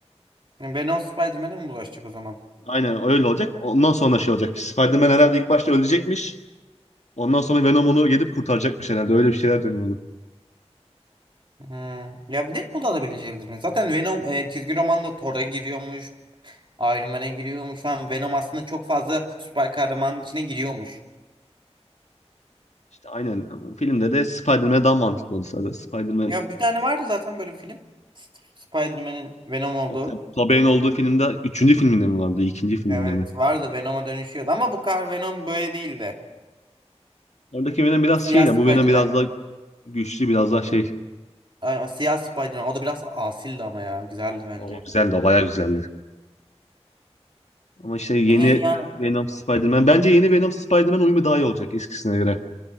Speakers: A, on the right; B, on the left.
A: Venom Spider-Man'e mi bulaşacak o zaman?
B: Aynen öyle olacak. Ondan sonra şey olacak? Spider-Man herhalde ilk başta ölecekmiş. Ondan sonra Venom onu gidip kurtaracakmış herhalde. Öyle bir şeyler dönüyordu.
A: Hmm. Ya Deadpool'da da bileşebilir mi? Zaten Venom e, çizgi romanda Thor'a giriyormuş. Iron Man'e giriyormuş. Şu an Venom aslında çok fazla süper kahramanın içine giriyormuş.
B: İşte aynen. Filmde de Spider-Man daha mantıklı oldu zaten. Spider-Man
A: Ya bir tane vardı zaten böyle bir film. Sp- Spider-Man'in Venom olduğu.
B: o Tobey'in olduğu filmde üçüncü filminde mi vardı? ikinci filminde
A: Evet
B: mi?
A: vardı Venom'a dönüşüyordu ama bu kadar Venom böyle değildi.
B: Oradaki Venom biraz
A: Siyah
B: şey ya
A: Spider-Man.
B: bu Venom biraz daha Güçlü biraz daha şey.
A: Ay, Siyah Spider-Man. O da biraz asildi ama ya. Güzeldi bence.
B: O güzeldi o bayağı güzeldi. Ama işte yeni
A: E, yani
B: Venom Spider-Man. Bence yeni Venom Spider-Man uyumu daha iyi olacak eskisine göre.